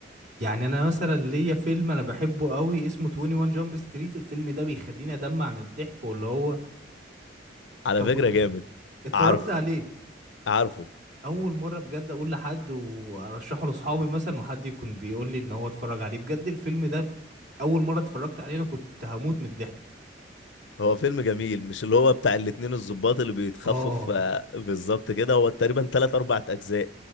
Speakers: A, on the right; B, on the left.
A: يعني انا مثلا ليا فيلم انا بحبه قوي اسمه 21 جامب ستريت الفيلم ده بيخليني ادمع من الضحك واللي هو
B: على
A: ك- كنت
B: فكرة جامد
A: اتفرجت
B: عارفه
A: عليه
B: عارفه
A: اول مره بجد اقول لحد وارشحه لاصحابي مثلا وحد يكون بيقول لي ان هو اتفرج عليه بجد الفيلم ده ب- اول مره اتفرجت عليه انا كنت هموت من الضحك
B: هو فيلم جميل مش اللي هو بتاع الاتنين الضباط اللي بيتخفوا
A: اه
B: في بالظبط كده هو تقريبا تلات أربع أجزاء